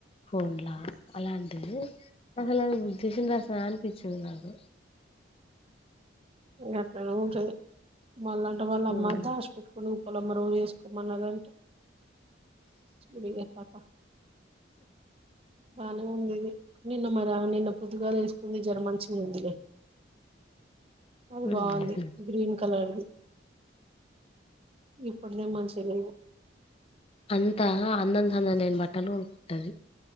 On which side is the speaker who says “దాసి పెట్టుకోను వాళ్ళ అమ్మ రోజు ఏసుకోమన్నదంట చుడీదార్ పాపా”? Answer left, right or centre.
Right